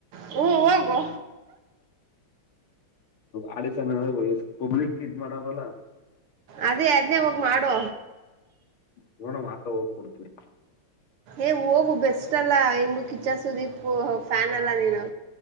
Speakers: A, on the right; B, on the left.
A: ಹ್ಮ್ ಹೋಗು
B: ಆಡಿಶನ್ ಪಬ್ಲಿಕ್ ಯೂಸ್ ಮಾಡೋದಲ್ಲ.
A: ಅದೇ ಅದ್ನೇ ಹೋಗಿ ಮಾಡು
B: ಪೂರ್ಣ ಭಾಗ ಹೋಗ್ಬಡ್ತೀರಿ
A: ಏ ಹೋಗು ಬೆಸ್ಟ್ ಅಲ್ಲಾ ಹೆಂಗು ಕಿಚನ್ ಸುದೀಪ್ ಫ್ಯಾನ್ ಅಲ್ಲ ನೀನು